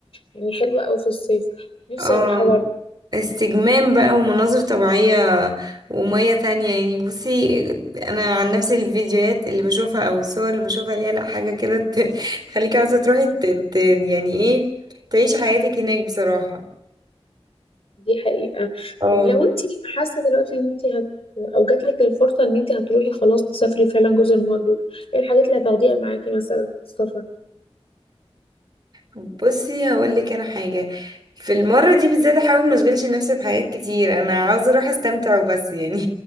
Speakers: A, on the left (about 65°); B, on the right (about 40°).
A: يعني حلوه قوي في الصيف نفسي
B: اه
A: اروحها برضه
B: استجمام بقى ومناظر طبيعية ومية تانية يعني بصي انا عن نفسي الفيديوهات اللي بشوفها او الصور اللي بشوفها ليها لا حاجة كده ت- <laughs> تخليكي عاوزة تروحي ت- ت- يعني ايه تعيش حياتك هناك بصراحة
A: دي حقيقة
B: اه
A: طب لو انت حاسة دلوقتي ان انت هت او جاتلك الفرصة ان انت هتروحي خلاص تسافري فعلا جزر المالديف ايه الحاجات اللي هتاخديها معاكي مثلا في السفر
B: بصي هقول لك انا حاجه في المره دي بالذات احاول ما اشغلش نفسي بحاجات كتير انا عاوزه اروح استمتع وبس يعني